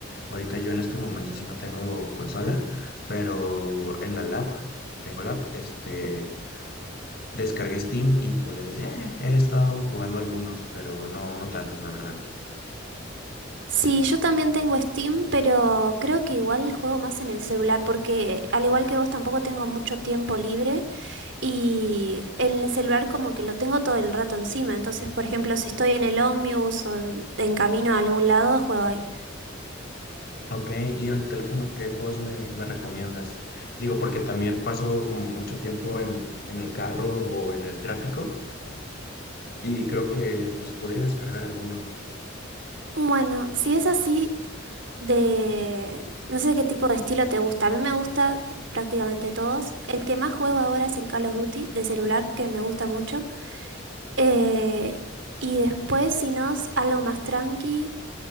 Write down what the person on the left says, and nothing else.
Ahorita yo en este momento sí no tengo consola, pero en la lab, tengo lab, este... Descargué Steam y pues ya he estado jugando algunos, pero no, no tantos, la verdad.
Ok, y en el teléfono, ¿qué juegos me, me recomiendas? Digo, porque también paso como mucho tiempo en, en el carro o en el tráfico y creo que pues podría descargar alguno.